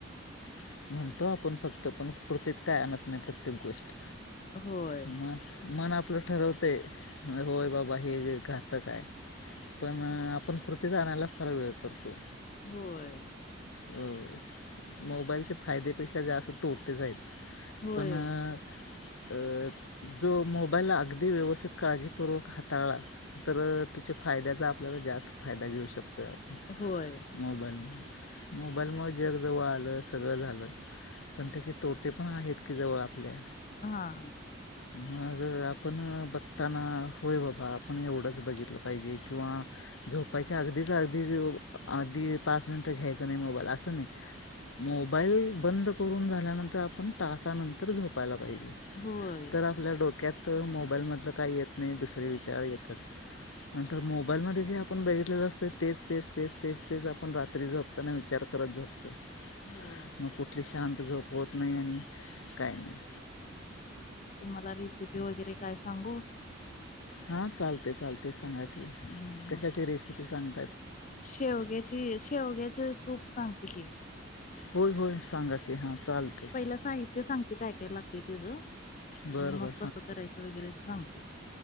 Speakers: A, on the left; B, on the left.
A: <inaudible> म्हणतो आपण फक्त पण कृतीत काय आणत नाही, प्रत्येक गोष्ट.
B: होय,
A: मन मन आ ठरवतंय होय बाबा, हे जे घातक आहे. पण आपण कृती आणायला फार वेळ करतो.
B: होय!
A: होय होय मोबाईलचे फायदेपेक्षा जास्त तोटेच आहेत.
B: होय,
A: पण अ जो मोबाईल अगदी व्यवस्थित काळजीपूर्वक हाताळला तर तेच्यात फायद्याचा आपल्याला जास्त फायदा घेऊ शकतोय आपण
B: होय,
A: मोबाईलमुळे. मोबाईलमुळ जग जवळ आलं सगळं झालं पण त्याची तो टे पण आहेत की जवळ आपल्या.
B: हा.
A: मग आपण बघताना होय बाबा आपण एवढंच बघितलं पाहिजे किंवा झोपायच्या अगदीच अगदी आधी पाच मिनिटं घ्यायचं नाही मोबाईल असं नाही. मोबाईल बंद करून झाल्यानंतर आपण तासानंतर झोपायला पाहिजे
B: होय.
A: तर आपल्या डोक्यात मोबाईल मधलं काही येत नाही दुसरे विचार येतात. नंतर मोबाईल मध्ये जे आपण बघितलेलं असतय तेच तेच तेच तेच तेच आपण रात्री झोपताना विचार करत झोपतो.
B: होय.
A: मग कुठली शांत झोप होत नाही आणि काय नाही.
B: तुम्हांला रेसिपी वगैरे काय सांगू?
A: हा चालते चालते सांगा की,
B: अं
A: कशाची रेसिपी सांगते?
B: शेवग्याची शेवग्याचे सूप सांगते की?
A: होय होय! सांगा की हां चालते
B: पहिला साहित्य सांगते कायकायला लागते तेज आणि
A: बरं
B: मग
A: बरं
B: कसं करायचं वगैरे ते सांगते?